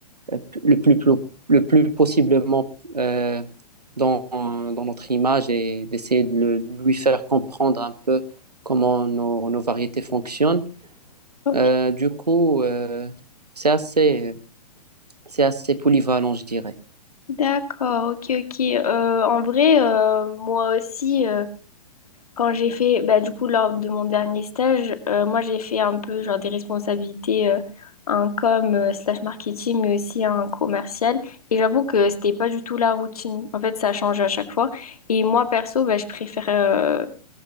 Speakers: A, on the right; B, on the left.
A: euh, le plus, plo- le plus possiblement euh, dans, dans notre image et d'essayer de le- lui faire comprendre un peu comment nos, nos variétés fonctionnent.
B: ok.
A: Euh, du coup, euh, c'est assez, c'est assez polyvalent, je dirais.
B: D'accord, ok, ok. Euh, en vrai, euh, moi aussi. Quand j'ai fait, bah, du coup, lors de mon dernier stage, euh, moi, j'ai fait un peu genre des responsabilités, euh, un com euh, slash marketing, mais aussi un commercial. Et j'avoue que c'était pas du tout la routine. En fait, ça change à chaque fois. Et moi, perso, bah, je préfère. euh,